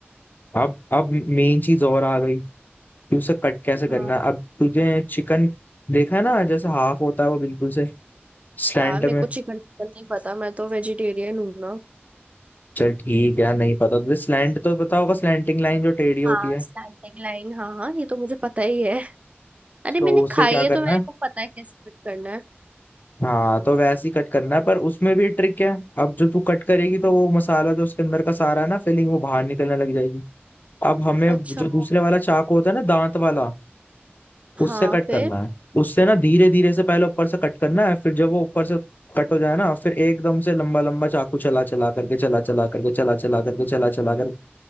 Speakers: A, on the left; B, on the right.
A: अब अब मेन चीज और आ गई कि उसे कट कैसे करना
B: हाँ
A: है अब तुझे चिकन देखा है ना जैसे हाफ होता है वो बिल्कुल से स्लैंट
B: यार मेरे
A: में
B: को चिकन चिकन नहीं पता मैं तो वेजिटेरियन हूँ ना
A: चल ठीक है नहीं पता तुझे स्लैंट तो पता होगा स्लैंटिंग लाइन जो टेढ़ी होती
B: हाँ
A: है
B: स्टैटिक लाइन हाँ हाँ ये तो मुझे पता ही है अरे
A: तो
B: मैंने
A: उसे
B: खाई
A: क्या
B: है
A: करना
B: तो मेरे
A: है
B: को पता है कैसे फिट करना है
A: हाँ तो वैसे ही कट करना है पर उसमें भी ट्रिक है अब जो तू कट करेगी तो वो मसाला जो उसके अंदर का सारा है ना फिलिंग वो बाहर निकलने लग जाएगी अब हमें
B: अच्छा
A: जो दूसरे वाला चाकू होता है ना दांत वाला
B: हाँ
A: उससे कट
B: फिर
A: करना है उससे ना धीरे धीरे से पहले ऊपर से कट करना है फिर जब वो ऊपर से कट हो जाए ना फिर एकदम से लंबा लंबा चाकू चला चला करके चला चला करके चला चला करके चला चला कर